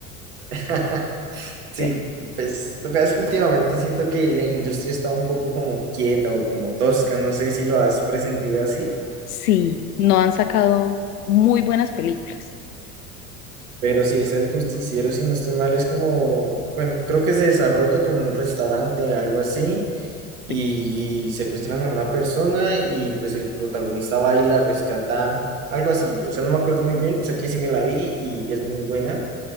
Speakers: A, on the right; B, on the left.
A: <laughs> Sí,
B: creo.
A: pues lo que pasa es que últimamente siento que la industria está un poco como quieta o como tosca, no sé si lo has presentido así,
B: Sí, No han sacado muy buenas películas.
A: pero sí, es el justiciero, si no estoy mal, es como, bueno, creo que se desarrolla como en un restaurante, algo así, y
B: sí.
A: secuestran a una persona y pues el protagonista va y la rescata, algo así, o sea, no me acuerdo muy bien, sé que sí me la vi y es muy buena,